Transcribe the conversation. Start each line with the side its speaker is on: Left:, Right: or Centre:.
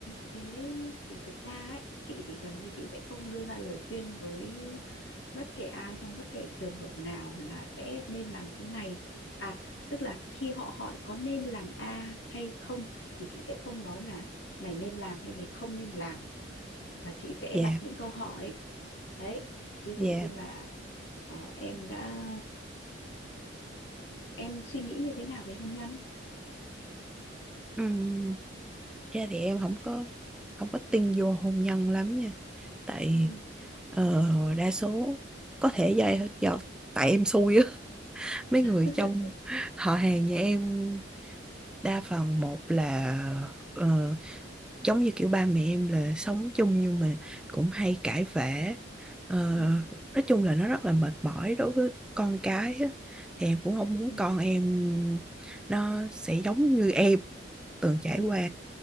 Left: thế thì thực ra ấy, chị thì gần như chị sẽ không đưa ra lời khuyên với bất kể ai trong bất kể trường hợp nào là sẽ nên làm thế này à tức là khi họ hỏi có nên làm A hay không thì chị sẽ không nói là mày nên làm hay mày không nên làm mà chị sẽ
Centre: Dạ,
Left: đặt những câu hỏi đấy ví
Centre: dạ.
Left: dụ như là ờ, em đã em suy nghĩ như thế nào về hôn nhân
Centre: Ừm, ra thì em không có không có tin vô hôn nhân lắm nha. tại
Left: ừ
Centre: ờ, đa số có thể do, do tại em xui á mấy
Left: <laughs>
Centre: người trong họ hàng nhà em đa phần một là ờ, giống như kiểu ba mẹ em là sống chung nhưng mà cũng hay cãi vã Ờ,
Left: ừ
Centre: nói chung là nó rất là mệt mỏi đối với con cái á. Thì em cũng không muốn
Left: ừ
Centre: con em nó sẽ giống như em từng trải
Left: ừ
Centre: qua